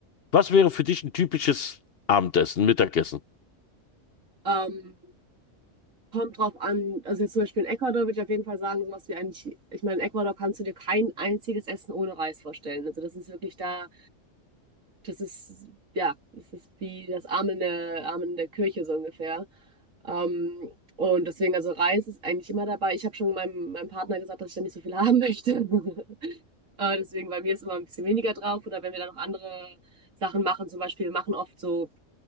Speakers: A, on the left (about 55°); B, on the right (about 85°).
A: was wäre für dich ein typisches Abendessen, Mittagessen?
B: Ähm, kommt drauf an, also jetzt zum Beispiel in Ecuador würde ich auf jeden Fall sagen, sowas wie eigentlich, ich meine, in Ecuador kannst du dir kein einziges Essen ohne Reis vorstellen. Also das ist wirklich da. Das ist, ja, das ist wie das Amen der, Amen der Kirche so ungefähr. Ähm, und deswegen, also Reis ist eigentlich immer dabei. Ich habe schon meinem, meinem Partner gesagt, dass ich da nicht so viel haben möchte. <laughs> Äh, deswegen bei mir ist immer ein bisschen weniger drauf. Oder wenn wir dann noch andere Sachen machen, zum Beispiel, wir machen oft so